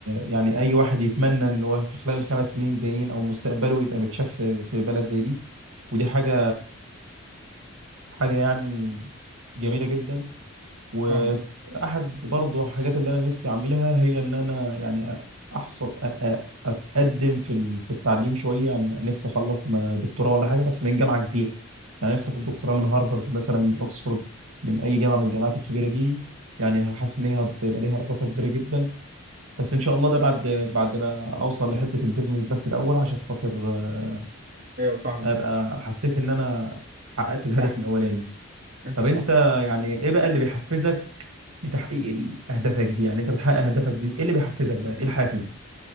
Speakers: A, on the right; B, on the right.
A: يعني اي واحد يتمنى ان هو في خلال الخمس سنين جايين او مستقبله يبقى متشاف في في بلد زي دي ودي حاجه حاجه يعني جميله جدا واحد
B: فاهم
A: برضو الحاجات اللي انا نفسي اعملها هي ان انا يعني احصل أ- أ- اتقدم في ال- في التعليم شويه يعني نفسي اخلص ما- دكتوراه ولا حاجه بس من جامعه كبيره يعني نفسي اخد دكتوراه من هارفارد مثلا من اوكسفورد من اي جامعه من الجامعات الكبيره دي يعني حاسس ان هي هتبقى ليها اضافه كبيره جدا بس ان شاء الله ده بعد بعد ما اوصل لحته البيزنس بس الاول عشان خاطر آه،
B: ايوه فاهمك
A: ابقى حسيت ان انا حققت الهدف
B: صح
A: الاولاني
B: انت
A: طب
B: صح
A: انت يعني ايه بقى اللي بيحفزك لتحقيق اهدافك دي يعني انت بتحقق اهدافك دي ايه اللي بيحفزك بقى ايه الحافز